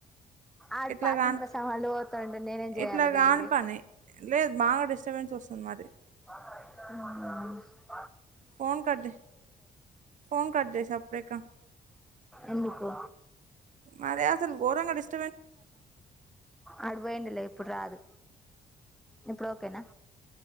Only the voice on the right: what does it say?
ఇట్లా
కాని
ఇట్లా
కాని పని లేదు బాగా డిస్టర్బెన్స్ వస్తుంది మరి
ఫోన్ కట్ ఫోన్ కట్ చేసా అప్పుడే ఇక
మరే అసలు ఘోరం గా డిస్ట్